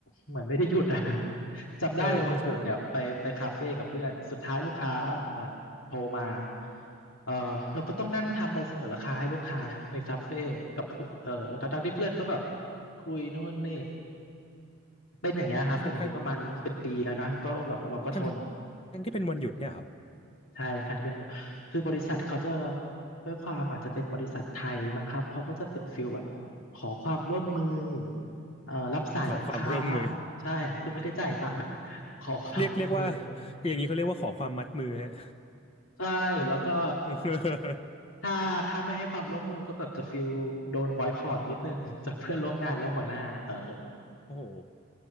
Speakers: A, on the left (about 75°); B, on the left (about 30°).
A: เหมือนไม่ได้หยุดอ่ะ <laughs> จำได้เลยวันหยุดเนี่ยไปไปคาเฟ่กับเพื่อนสุดท้ายลูกค้าแบบโทรมา
B: เออเข้าใจ
A: เออเราก็ต้องนั่งทำใบเสนอราคาให้ลูกค้า <laughs> ในคาเฟ่กับเพื่อนเออทั้งๆที่เพื่อนก็แบบคุยโน่นนี่เป็นอย่างเงี้ยครับเป็นอย่างเงี้ยประมาณเป็นปีแล้วนะก็แบบเราก็ทน
B: ทั้งทั้งทั้งทั้งที่เป็นวันหยุดเนี่ยครับ
A: ใช่ทางที่เป็นคือบริษัทเขาจะด้วยความอาจจะเป็นบริษัทไทยมั้งครับเขาก็จะเป็นฟิลแบบขอความร่วมมือเอ่อรับสายลูกค้า
B: ขอความร่วมมือ
A: ใช่คือไม่ได้จ่ายตังค์ <laughs> ขอความร่วมมือ
B: เรียกเรียกว่าอย่างนี้เขาเรียกว่าขอความมัดมือฮะ
A: ใช่แล้วก็
B: <laughs>
A: ถ้าถ้าไม่ให้ความร่วมมือก็แบบจะฟิลโดนบอยคอตนิดนึงจากเพื่อนร่วมงานและหัวหน้าเออ
B: โอ้โห